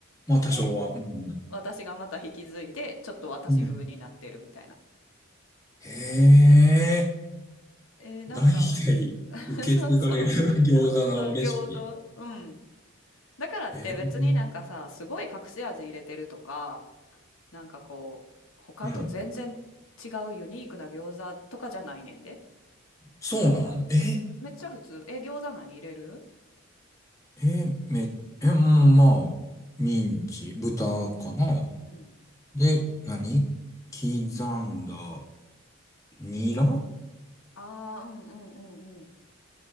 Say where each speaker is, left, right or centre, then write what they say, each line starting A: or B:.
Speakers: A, on the left (about 15°); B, on the left (about 75°).
A: まあ多少は。
B: で、
A: うんう
B: 私がまた引き継いで、ちょっと私風になってるみたいな。
A: ん。うん。へえ。
B: えー、なんか、
A: 代々受け継がれる
B: <laughs> そうそう。
A: <laughs> 餃子のレシピ。
B: そう、そう餃子。うん。だからって別になんかさ、
A: ええ。
B: すごい隠し味入れてるとか、なんかこう、他と全然違うユニークな餃子とかじゃないねんで。
A: うん。そうなんえ
B: めっちゃ普通。え、餃子何入れる
A: え、め、え、うんまあ、ミンチ、豚かな
B: うんうんうんうん
A: で、何刻んだ、ニラ
B: ああ、うんうんうんうん。